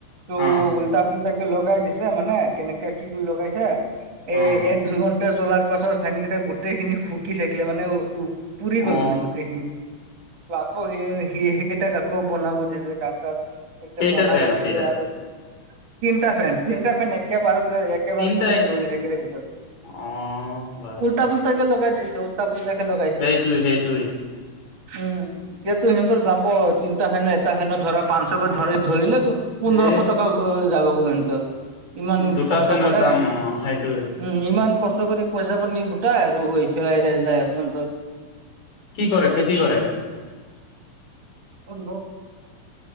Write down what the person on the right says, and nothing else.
ত
ওলটা পোলতাকে লগাই দিছে মানে কেনেকে কি কৰি লগাইছে এ
এক দুইঘণ্টা চলাৰ পাছত ফেনকেইটা গোটেইখিনি ফুকি থাকিলে মানে পুৰি গ'ল
মানে গো গোটেইখিনি ত আকৌ সেই সি সেইকেইটাক আকৌ বনাব দিছে কাৰ তাত। এতিয়া
বনাই
আনিল
আৰু তিনিটা ফেন তিনটা ফেন এক একেবাৰতে একেবাৰতে
মানে
জ্বলি থাকিলে ভিতৰত
উলটা পোল তাকে লগাই দিছে উল্টা - পুল্টাকে লগাইছে।
উম, এতিয়াতো সিহঁতৰ যাব তিনিটা ফেন এটা ফেনত ধৰা পাচঁশ কে ধৰি ধৰিলেতো পোন্ধৰশ
টকা ঐ যাব গৈ সিহঁতৰ ইমান
কষ্ট
কৰে
উম
ইমান কষ্ট কৰি পইচা পাতি গোটাই আৰু এইফালে যাই আছে।
অঁ <unintelligible>